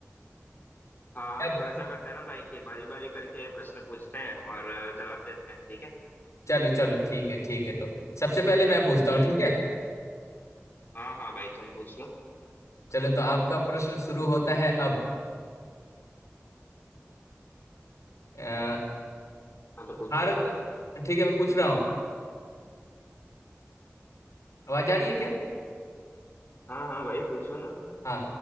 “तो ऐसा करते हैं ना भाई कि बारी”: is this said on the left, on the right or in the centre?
Left